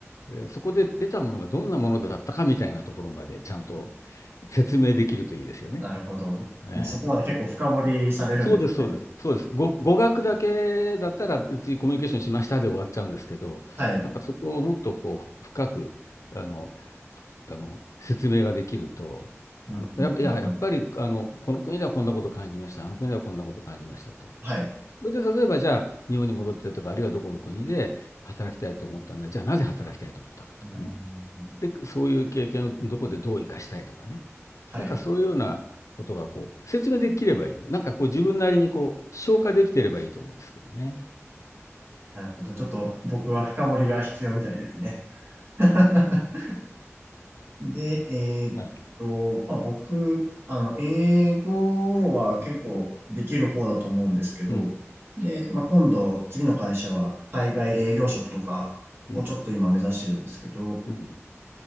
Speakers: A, on the left (about 85°); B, on the right (about 45°).
A: で、そこで得たものがどんなものだったかみたいなところまでちゃんと説明できるといいですよね。
B: なるほど。
A: ええ、
B: もうそこまで結構深掘りされるんですね。
A: そうです、そうです、そうです。語、語学だけだったら別にコミュニケーションしましたで終わっちゃうんですけど、
B: はい。
A: なんかそこをもっとこうふ深く、あの、ふあの説明ができると、
B: うん、
A: あの、
B: うん、
A: や、いや、
B: うん、
A: やっぱりあの、
B: うん。
A: この国ではこんなこと感じました、あの国ではこんなこと感じましたと。
B: はい。
A: それで例えばじゃあ日本に戻ってとか、あるいはどこの国で働きたいと思ったので、じゃあなぜ働きたいと思ったかとかね。
B: うん。
A: で、そういう経験をどこでどう生かしたいとかね。
B: はい。
A: なんかそういうようなことがこう、説明できればいいね。なんかこう自分なりにこう、消化できてればいいと思うんですけどね。
B: なるほど。ちょっと僕は深掘りが必要みたいですね。<laughs> で、えーっと、
A: はい。
B: まあ、僕、あの、英語は結構できる方だと思うんですけど、
A: うん。うん。
B: で、まあ、今度、次の会社は海外営業職とかをちょっと今目指してるんですけど、
A: うん。うん。うん。